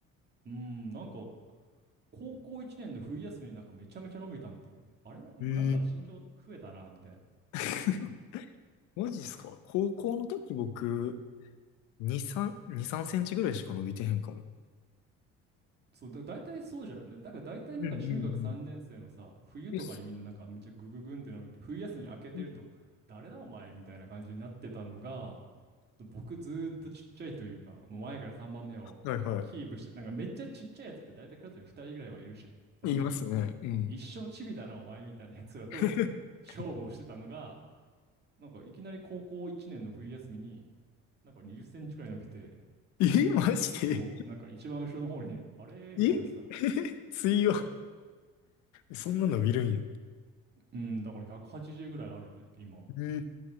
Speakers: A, on the right; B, on the left.
A: うーん、なんか高校1年の冬休みになんかめちゃめちゃ伸びたんだよね。あれなんか身長増えたな、
B: へえ。
A: みたいな。
B: <laughs> マジっすか高校の時僕、2、3、2、3センチぐらいしか伸びてへんかも。
A: そう、だ、大体そうじゃないだなんか大体なんか中学3年生のさ、
B: うんうんうん。
A: 冬とかにみんななんかめっちゃグググンって伸びて、
B: え、す
A: 冬休み明けてると、
B: うん。
A: 誰だお前みたいな感じになってたのが、僕ずーっとちっちゃいというか、もう前から3番目をキープして、
B: はいはい。
A: なんかめっちゃちっちゃいやつって大体クラスに2人ぐらいはいるじゃん。本当に。
B: 言いますね。うん。
A: 一生チビだな、お前みたいなやつらと勝負をしてたのが、
B: <laughs>
A: なんかいきなり高校1年の冬休みに、なんか20センチくらい伸びて、
B: え、マジで
A: そう、なんか一番後ろの方に、あれみたいなさ。
B: え <laughs> 水曜。そんな伸びるんや。
A: うん、だから180ぐらいあるね、今も。
B: うん。